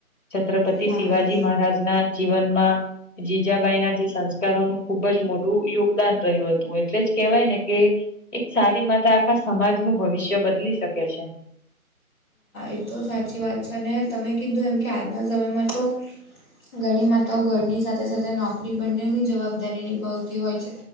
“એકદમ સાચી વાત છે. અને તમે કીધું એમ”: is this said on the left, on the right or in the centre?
Left